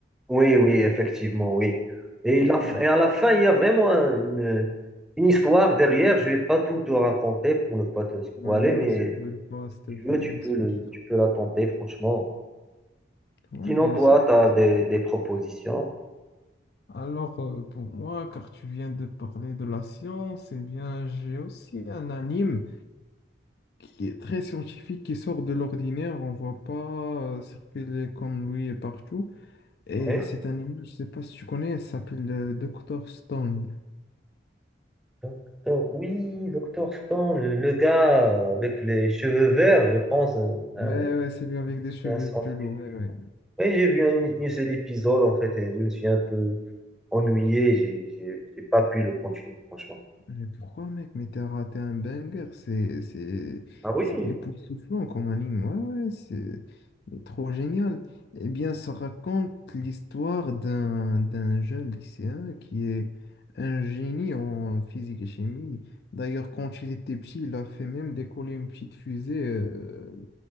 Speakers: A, in the centre; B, on the left.
A: Oui, oui, effectivement, oui. Et,
B: D'accord.
A: la f- et à la fin, il y a vraiment un- une, une histoire derrière. Je vais pas tout te raconter pour ne pas te spoiler,
B: Ouais, ne
A: mais
B: me spoil pas, s'il te
A: tu
B: plaît,
A: veux, tu
B: ne me
A: peux
B: spoil
A: le,
B: pas.
A: tu peux la tenter, franchement.
B: Ouais,
A: Sinon,
B: bien
A: toi,
B: sûr. bien
A: tu as
B: sûr.
A: des, des propositions.
B: Alors, euh, pour moi, car tu viens de parler de la science, eh bien, j'ai aussi un anime. qui est très scientifique, qui sort de l'ordinaire, on ne voit pas euh, circuler comme lui partout. Et
A: Oui.
B: cet animal, je ne sais pas si tu connais, il s'appelle euh, Dr. Stone.
A: Docteur- oui, Docteur Stone, le gars avec les cheveux verts, je pense, un, un-
B: Ouais, ouais, c'est lui avec des cheveux
A: un scientifique.
B: chelous. ouais,
A: Oui,
B: ouais.
A: j'ai vu un, un seul épisode, en fait, et je me suis un peu ennuyé, j'ai j'ai- j'ai pas pu le continuer, franchement.
B: Mais pourquoi, mec? Mais t'as raté un banger. C'est, c'est,
A: Ah oui,
B: c'est époustouflant comme anime. Ouais, ouais, c'est mais trop génial. Eh bien, ça raconte l'histoire d'un, d'un jeune lycéen qui est un génie en physique et chimie. D'ailleurs, quand il était petit, il a fait même décoller une petite fusée euh,